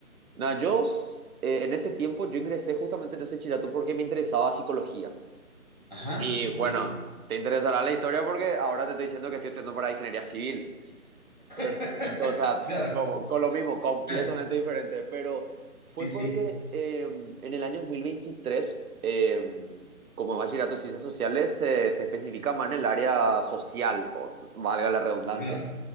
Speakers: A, on the right (about 75°); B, on the right (about 30°).
A: Nada, yo s- eh, en ese tiempo yo ingresé justamente en ese chillato porque me interesaba psicología.
B: Ajá,
A: Y
B: buenísimo.
A: bueno, te interesará la historia porque ahora te estoy diciendo que estoy estudiando para ingeniería civil. ¿verdad?
B: <laughs>
A: Entonces,
B: Claro,
A: como- con lo mismo, completamente
B: claro,
A: diferente. Pero fue
B: sí, sí,
A: porque eh, en el año 2023, eh, como bachillerato de ciencias sociales, se se especifica más en el área social, o valga la redundancia.
B: claro.